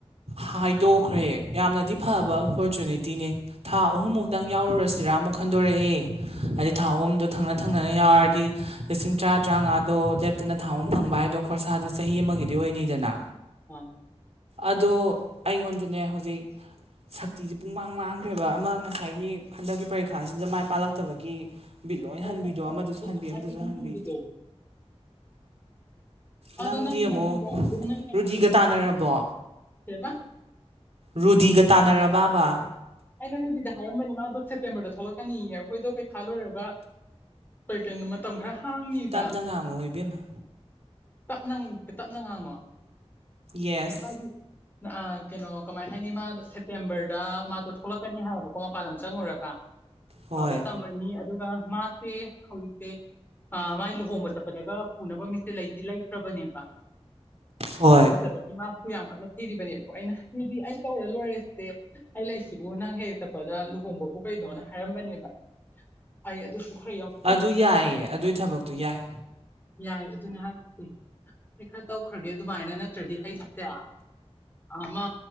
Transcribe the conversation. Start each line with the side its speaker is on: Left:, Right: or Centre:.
Right: ꯍꯥꯏꯗꯣꯛꯈ꯭ꯔꯦ ꯌꯥꯝꯅꯗꯤ ꯐꯕ ꯑꯣꯄꯣꯔꯆꯨꯅꯤꯇꯤꯅꯦ ꯊꯥ ꯑꯍꯨꯝꯃꯨꯛ
Left: ꯎꯝ
Right: ꯈꯤꯇꯪ ꯌꯥꯎꯔꯨꯔꯁꯤꯔꯥ ꯑꯃꯨꯛ ꯈꯟꯗꯣꯔꯛꯑꯦ ꯍꯥꯏꯗꯤ
Left: ꯎꯝ
Right: ꯊꯥ ꯑꯍꯨꯝꯗ ꯊꯪꯅ ꯊꯪꯅꯅ ꯌꯥꯎꯔꯗꯤ ꯂꯤꯁꯤꯡ ꯇꯔꯥ ꯇꯔꯥꯃꯉꯥꯗꯣ ꯂꯦꯞꯇꯅ ꯊꯥ ꯑ ꯐꯪꯕ ꯍꯥꯏꯗꯣ ꯈꯣꯔꯁꯥꯗꯨ ꯆꯍꯤ ꯑꯃꯒꯤꯗꯤ ꯑꯣꯏꯅꯅꯤꯗꯅ
Left: ꯎꯝ
Right: ꯑꯗꯣ ꯑꯩꯉꯣꯟꯗꯅꯦ ꯍꯧꯖꯤꯛ ꯁꯛꯇꯤꯖꯦ ꯄꯨꯡ ꯃꯥꯡ ꯃꯥꯡꯈ꯭ꯔꯦꯕ ꯑꯃ ꯉꯁꯥꯏ ꯒꯤ ꯍꯟꯗꯛꯀꯤ ꯄꯔꯤꯈꯥꯁꯤꯗ ꯃꯥꯏ ꯄꯥꯂꯛꯇꯕꯒꯤ ꯕꯤꯠ ꯂꯣꯏ
Left: ꯍꯣꯏ
Right: ꯍꯟꯕꯤꯗꯣ
Left: ꯍꯣꯏ ꯍꯣꯏ
Right: ꯑꯃꯗꯁꯨ ꯍꯟꯕꯤ ꯑꯃꯗꯁꯨ
Left: ꯏꯍꯟ
Right: ꯍꯟꯕꯤ
Left: ꯍꯟꯕꯤꯗꯣ ꯑꯗꯣ
Right: ꯅꯪꯗꯤ
Left: ꯅꯪꯅꯦ
Right: ꯑꯃꯨꯛ
Left: ꯈꯪꯕ꯭ꯔꯥ ꯑꯗꯨꯝ ꯅꯪꯅ
Right: ꯔꯨꯗꯤꯒ
Left: ꯈꯜꯂꯤꯕ
Right: ꯇꯥꯟꯅꯔꯕꯣ
Left: ꯃꯈꯥ ꯀꯩꯕ
Right: ꯔꯨꯗꯤꯒ ꯇꯥꯟꯅꯔꯕꯕꯥ
Left: ꯑꯩꯅ ꯔꯨꯗꯤꯗ ꯍꯥꯏꯔꯝꯕꯅꯦ ꯃꯥꯗꯣ ꯁꯦꯞꯇꯦꯝꯕꯔꯗ ꯊꯣꯛꯂꯛꯀꯅꯤꯌꯦ ꯑꯩꯈꯣꯏꯗꯣ ꯄꯩꯈꯥ ꯂꯣꯏꯔꯒ ꯍꯣꯏ ꯀꯩꯅꯣ ꯃꯇꯝ ꯈꯔ ꯍꯥꯡꯅꯤꯕ
Right: ꯇꯞꯅ ꯉꯥꯡꯉꯨ ꯏꯕꯦꯝꯃ
Left: ꯇꯞꯅꯪ ꯇꯞꯅ ꯉꯥꯡꯉꯣ
Right: ꯌꯦꯁ
Left: ꯀꯩꯏꯝ ꯀꯥꯏꯗꯦ ꯑ ꯀꯩꯅꯣ ꯀꯃꯥꯏ ꯍꯥꯏꯅꯤ ꯃꯥꯗꯣ ꯁꯦꯞꯇꯦꯝꯕꯔꯗ ꯃꯥꯗꯣ ꯊꯣꯛꯂꯛꯀꯅꯤ ꯍꯥꯏꯌꯦꯕꯀꯣ ꯃꯄꯥꯟ ꯂꯝ ꯆꯪꯉꯨꯔꯒ
Right: ꯍꯣꯏ
Left: ꯑꯗꯨꯗ ꯇꯝ ꯕꯅꯤ ꯑꯗꯨꯒ ꯃꯥꯁꯦ ꯍꯧꯖꯤꯛꯁꯦ ꯑ ꯃꯥꯏ ꯂꯨꯍꯣꯡꯕ ꯆꯠꯄꯗꯒ ꯄꯨꯅꯕ ꯃꯤꯁꯦ ꯂꯩꯗꯤ ꯂꯩꯇ꯭ꯔꯕꯅꯦꯕ
Right: ꯍꯣꯏ
Left: ꯂꯩꯇꯕꯒꯤ ꯃꯥ ꯁꯨ ꯌꯥꯝ ꯀꯟꯅ ꯊꯤꯔꯤꯕꯅꯦꯕꯀꯣ ꯑꯩꯅ ꯗꯨꯗꯤ ꯑꯩ ꯇꯧꯔ ꯂꯣꯏꯔꯦꯁꯦ ꯑꯩ ꯂꯩ ꯁꯤꯕꯨ ꯅꯪ ꯍꯦꯛ ꯍꯦꯛ ꯆꯞꯄꯗ ꯂꯨꯍꯣꯡꯕꯕꯨ ꯀꯩꯅꯣꯅ ꯍꯥꯏꯔꯝꯕꯅꯦꯕ ꯑꯩ ꯑꯗꯨꯁꯨ ꯈꯔ ꯌꯥꯎ
Right: ꯑꯗꯨ ꯌꯥꯏꯌꯦ ꯑꯗꯨꯏ ꯊꯕꯛꯇꯨ ꯌꯥꯏ
Left: ꯌꯥꯏ ꯑꯗꯨꯅꯦ ꯍꯥꯏꯁꯦ ꯍꯣꯏ ꯈꯔ ꯇꯧꯈ꯭ꯔꯒꯦ ꯑꯗꯨꯃꯥꯏꯅ ꯅꯠꯇ꯭ꯔꯗꯤ ꯑꯩꯁꯦ ꯑꯃ